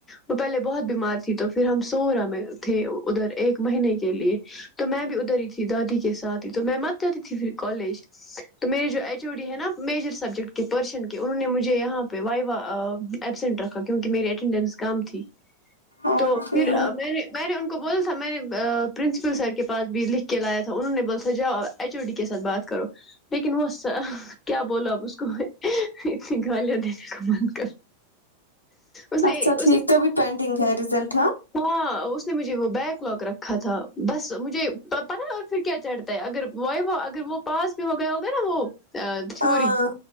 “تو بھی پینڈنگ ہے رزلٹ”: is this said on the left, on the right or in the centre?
Left